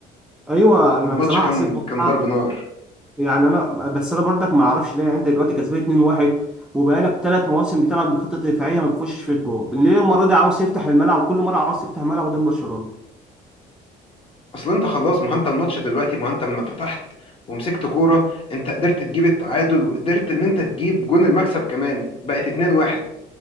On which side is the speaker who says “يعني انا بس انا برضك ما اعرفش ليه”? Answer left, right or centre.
Centre